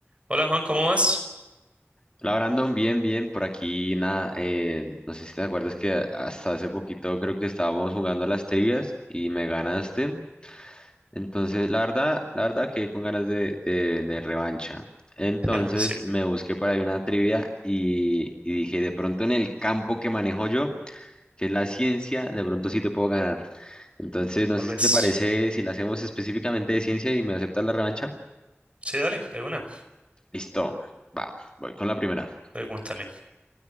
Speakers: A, on the right; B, on the left.
A: Hola Juan, ¿cómo vas?
B: La Brandon, bien, bien, por aquí nada, eh, no sé si te acuerdas que hasta hace poquito creo que estábamos jugando a las trivias y me ganaste, entonces la verdad, la verdad que con ganas de, de- de revancha, entonces
A: <laughs> Sí,
B: me busqué por ahí una trivia y, y dije, de pronto en el campo que manejo yo, que es la ciencia, de pronto sí te puedo ganar, entonces no
A: tal
B: sé
A: vez.
B: si te parece, si la hacemos específicamente de ciencia y me aceptas la revancha,
A: Sí, dale, de una.
B: listo, va, voy con la primera.
A: Pregúntame.